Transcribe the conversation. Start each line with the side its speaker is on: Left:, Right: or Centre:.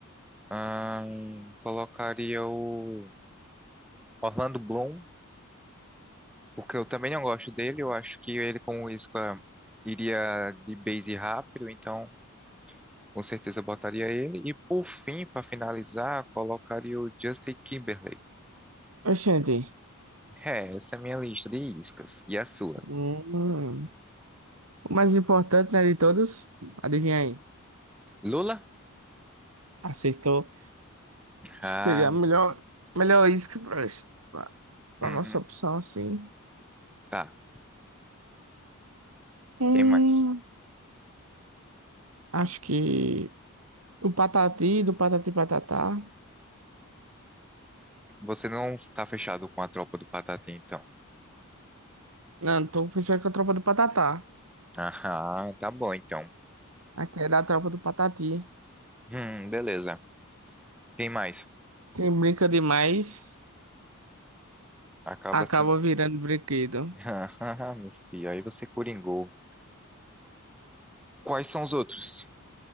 Centre: Ahn, colocaria o Orlando Bloom Porque eu também não gosto dele, eu acho que ele com o Isco iria de base rápido, então com certeza eu botaria ele. E por fim, para finalizar, colocaria o Justin Timberlake.
Right: Oxente.
Centre: É, essa é a minha lista de iscas. E a sua?
Right: Hum. O mais importante, né, de todos? Adivinha aí.
Centre: Lula?
Right: Acertou.
Centre: Ah,
Right: Acho que seria a melhor, melhor isca pra, pra, pra
Centre: uhum.
Right: nossa opção, assim.
Centre: Tá.
Right: Hum.
Centre: Quem mais?
Right: Acho que o Patati, do Patati Patatá.
Centre: Você não tá fechado com a tropa do Patati, então.
Right: Não, tô fechado com a tropa do Patatá.
Centre: ah tá bom, então.
Right: Aqui é da tropa do Patati.
Centre: Hum, beleza. Quem mais?
Right: Quem brinca demais
Centre: Acaba
Right: acaba
Centre: sendo.
Right: virando brinquedo.
Centre: <laughs> ah Meu filho, aí você coringou. Quais são os outros?